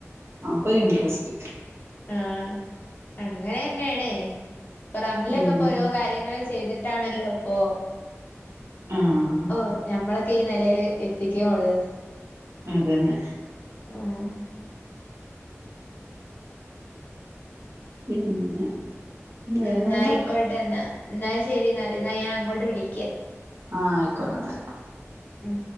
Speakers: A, on the right; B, on the left.
A: അപ്പൊ ഇന്ട്രസ്റ്റ്
B: ആഹ അങ്ങനെ തന്നെയണേ റംലൊക്കെ
A: ഉം
B: ഇപ്പോ ഓരോ കാര്യങ്ങൾ ചെയ്തിട്ട് ട്ടാണല്ലോ ഇപ്പോ
A: ആഹ
B: ഓ് ഞമ്മളൊക്കെ ഈ നിലൽ എത്തിക്കോള്
A: അതന്നെ
B: ആഹ
A: പിന്നെ വേറെന്താ
B: എന്നയിക്കോട്ടെ എന്നാ എന്നാ ശരി എന്നല് എന്നാ ഞാൻ അങ്ങോട്ട് വിളിക്ക
A: ആഹ ആയിക്കോട്ടെ ആയി
B: ഉം